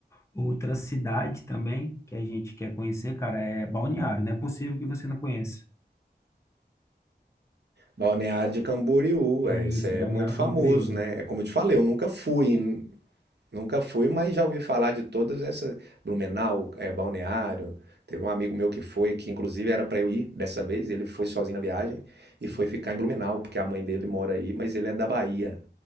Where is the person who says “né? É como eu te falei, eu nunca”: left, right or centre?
Right